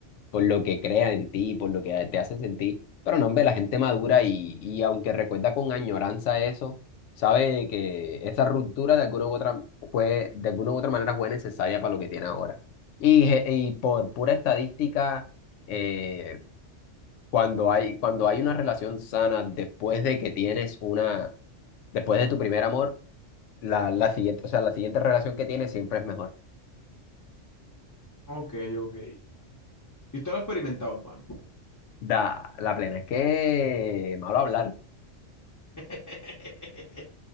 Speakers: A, on the left (about 75°); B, on the left (about 20°).
A: por lo que crea en ti, por lo que te hace sentir. Pero no, hombre, la gente madura y, y aunque recuerda con añoranza eso, sabe que esa ruptura de alguna u otra fue, de alguna u otra manera fue necesaria para lo que tiene ahora. Y, je- y por pura estadística eh, cuando hay, cuando hay una relación sana después de que tienes una, después de tu primer amor, la, la siguiente, o sea, la siguiente relación que tienes siempre es mejor.
B: Ok, ok. Y usted lo ha experimentado, hermano.
A: Da, la plena. Es que malo hablar.
B: <laughs>